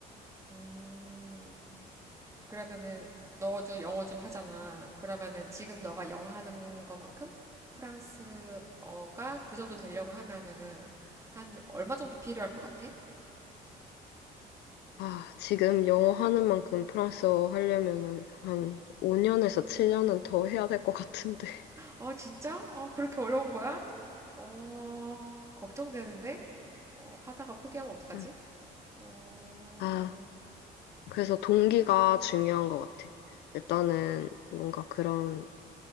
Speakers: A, on the right; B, on the left.
A: 음, 그러면은 너도 영어 좀 하잖아. 그러면은 지금 너가 영어 하는 거만큼 프랑스어가 그 정도 되려고 하면은 한 얼마 정도 필요할 것 같아?
B: 아, 지금 영어 하는 만큼 프랑스어 하려면은 한 5년에서 7년은 더 해야 될 것 같은데. <laughs>
A: 아, 진짜? 어, 그렇게 어려운 거야? 어, 걱정되는데? 어, 하다가 포기하면 어떡하지?
B: 음.
A: 어,
B: 아, 그래서 동기가 중요한 것 같아. 일단은 뭔가 그런,